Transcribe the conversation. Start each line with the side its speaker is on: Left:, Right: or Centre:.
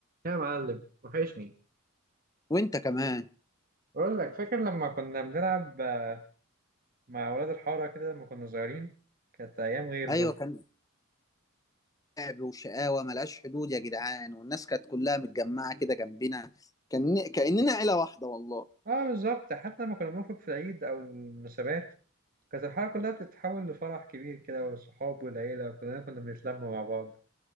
Right: يا معلم وحشني
Left: وانت كمان
Right: بقول لك فاكر لما كنا بنلعب آه، مع ولاد الحارة كده لما كنا صغيرين كانت أيام غير
Left: ايوه
Right: برضه
Left: كان لعب وشقاوه ملهاش حدود يا جدعان والناس كانت كلها متجمعه كده جنبنا كان كاننا عيله واحده والله
Right: اه بالظبط حتى لما كنا بنخرج في العيد أو المناسبات كانت الحارة كلها بتتحول لفرح كبير كده والصحاب والعيلة وكلنا كنا بنتلم مع بعض